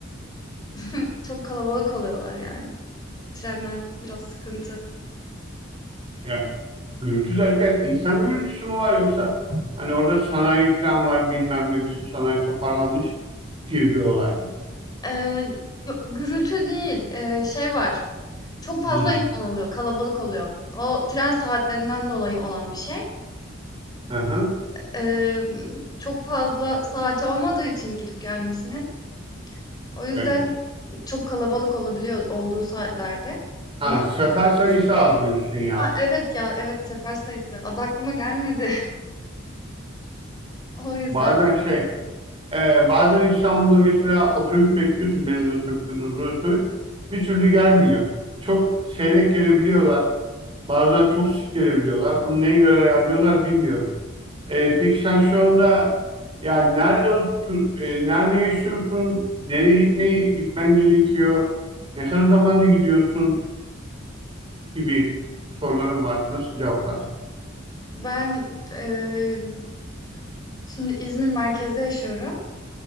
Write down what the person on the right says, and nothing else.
Yani Gürültü derken insan gürültüsü mü var yoksa hani orada sanayi falan var bilmem ne bütün sanayi toparlanmış gibi bir olay mı?
Hı.
Aha,
evet.
Ha,
sefer sayısı az diyorsun yani.
Bazen şey e, bazen İstanbul'da mesela otobüs bekliyorsun belediye otobüsü durduğu otobüs bir türlü gelmiyor. Çok seyrek gelebiliyorlar. Bazıları çok sık gelebiliyorlar. Onu neye göre ayarlıyorlar bilmiyorum. Ee, peki sen şu anda yani nerede otur- e, nerede yaşıyorsun? Nereye gitmeyi gitmen gerekiyor? Ne kadar zamanda gidiyorsun gibi sorularım var. Nasıl cevaplarsın?